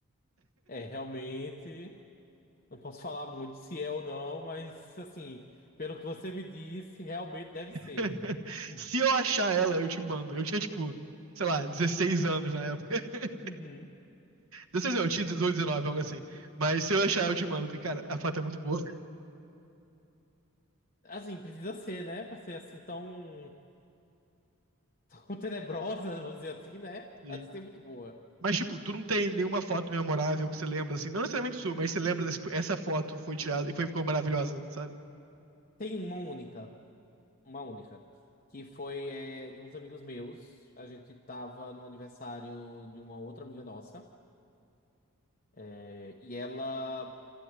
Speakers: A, on the left; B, on the right.
A: É, realmente, não posso falar muito se é ou não, mas assim, pelo que você me disse, realmente deve
B: <laughs>
A: ser. <laughs>
B: Se eu achar ela, eu te mando. Eu tinha, tipo, sei lá, 16 anos na época. <laughs>
A: Uhum.
B: dezesseis não, eu tinha dezoito dezenove algo assim. Mas se eu achar, eu te mando, porque, cara, a foto é muito boa.
A: Assim, precisa ser, né? Pra ser assim tão, <laughs> tão tenebrosa, vamos dizer assim, né?
B: Sim.
A: Ela tem que ser muito boa.
B: Mas, tipo, tu não tem nenhuma foto memorável que você lembra, assim. Não necessariamente sua, mas você lembra dessa, tipo, essa foto foi tirada e foi, ficou maravilhosa, sabe?
A: Tem uma única, uma única, que foi é, de uns amigos meus. A gente tava no aniversário de uma outra amiga nossa. é, E ela.